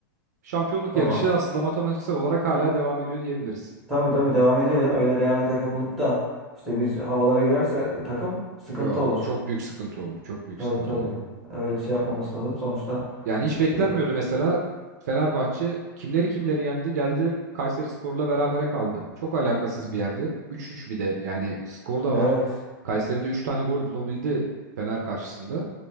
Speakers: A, on the right (about 50°); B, in the centre.
A: Şampiyonluk
B: Tamam.
A: yarışı aslında matematiksel olarak hala devam ediyor diyebiliriz.
B: Tabii tabii devam ediyor ya. Öyle rehavete kapılıp da işte biz havalara girerse e, takım sıkıntı
A: Yok,
B: olur.
A: çok büyük sıkıntı olur. Çok büyük
B: Tabii
A: sıkıntı
B: tabii.
A: olur.
B: Öyle şey yapmaması lazım. Sonuçta
A: Yani hiç beklenmiyordu
B: e, Hı
A: mesela Fenerbahçe kimleri kimleri yendi geldi Kayserispor'la berabere kaldı. Çok alakasız
B: hı.
A: bir yerde. 3-3 bir de yani skor da
B: evet.
A: var. Kayseri'de 3 tane gol bulabildi Fener karşısında.